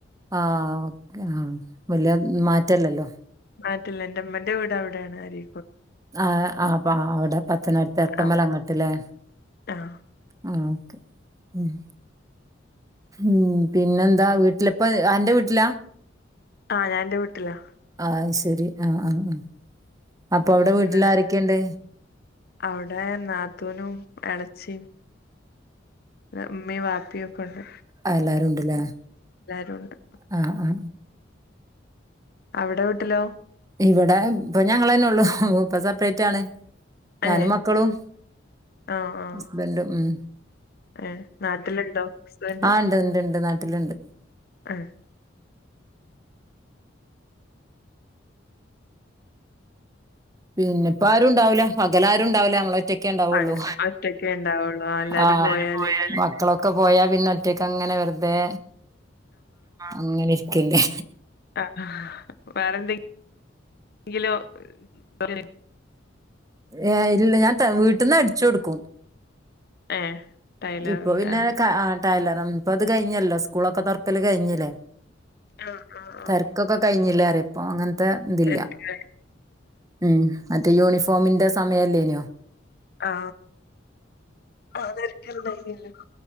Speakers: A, on the right (about 20°); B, on the left (about 55°).
A: ങാ... ഓക്കെ... ങാ.. വലിയ മാറ്റ ഇല്ലല്ലോ..
B: മാറ്റില്ല, എന്റമ്മന്റെ വീട് അവിടെയാണ്. ആര്..
A: ങാ... അപ്പ.. അവിടെ.. പത്തനാപുരത്ത്.. എത്തമല
B: ആഹ്
A: അങ്ങട്ടല്ലേ.
B: ആഹ്
A: ങാ.. ഓക്കെ. ഉം.. ഉം... പിന്നെന്താ.. വീട്ടിലിപ്പ.. അന്റെ വീട്ടിലാ...?
B: ങാ.. ഞാൻ എന്റെ വീട്ടിലാ.
A: ങാ... ശരി.. ങാ.. ങാ.. ങാ.. അപ്പൊ അവിടെ വീട്ടിൽ
B: ഇന്നലെ
A: ആരൊക്കെയുണ്ട്?
B: അവിടെ... നാത്തൂനും, എളേച്ചിം. ഉമ്മി, വാപ്പി ഒക്കെ ഉണ്ട്.
A: ങാ.. എല്ലാരുംണ്ട്ല്ലേ....
B: എല്ലാരും ഉണ്ട്
A: ങാ... ങാ...
B: അവിടെ വീട്ടിലോ
A: ഇവിടെ.. ഇപ്പൊ ഞങ്ങളന്നെ ഉള്ളൂ.. ഇപ്പൊ സെപ്പറേറ്റ് ആണ്. ഞാനും
B: ഏഹ്
A: മക്കളും
B: ആഹ് ആഹ്
A: ഹസ്ബൻറും ഉം
B: ഏഹ് നാട്ടിലുണ്ടോ ഹസ്ബൻഡ്
A: ആ ഇണ്ട് ഇണ്ട് ഇണ്ട് നാട്ടിലിണ്ട്
B: ആഹ്
A: പിന്നെപ്പ ആരുും ഉണ്ടാവില്ല പകലാരുംണ്ടാവില്ല നമ്മളറ്റ കൊണ്ടാവള്ളൂ
B: അങ്ങനെ ഒറ്റക്കേ ഉണ്ടാവുള്ളൂ ആഹ് എല്ലാരും
A: അഹ്
B: പോയാലല്ലേ
A: മക്കളോ ഒക്കെ പോയാ പിന്ന ഒറ്റക്ക് അങ്ങനെ വെറുതെ അങ്ങനെരിക്കല്ലേ
B: ആ വേറെന്തെങ്കിലോ പര
A: ഏ ഇല്ല ഞാൻ വീട്ടന്ന് അടിച്ചു കൊടുക്കും
B: ഏഹ് ടൈലറിന്റെ
A: ഇപ്പൊ പിന്നെ
B: ആഹ്
A: ക ആ കല്ലറം ഇപ്പ അത് കഴിഞ്ഞല്ലോ സ്കൂളൊക്കെ തുറക്കല് കഴിഞ്ഞില്ലേ
B: ആഹ് ആഹ്
A: തെരെക്കൊക്കെ
B: ആഹ്
A: കഴിഞ്ഞില്ലേ പറ ഇപ്പ അങ്ങ ഇപ്പ തില്ല
B: തിരക്കിലായി
A: ഉം മറ്റേ യൂണിഫോമിന്റെ സമയല്ലേനോ
B: ആ ആ നരക്കനല്ല <unintelligible>